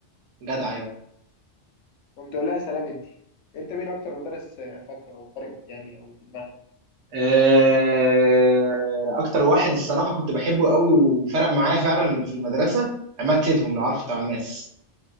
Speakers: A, on the right (about 75°); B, on the left (about 80°).
A: جدع ايوه
B: قمت اقول لها سلام انت انت مين اكتر مدرس آه، فاكره او فارق يعني او في دماغك
A: آه، اكتر واحد الصراحة كنت بحبه قوي وفرق معايا فعلا في المدرسة عماد سيدهم لو عارفه بتاع الماس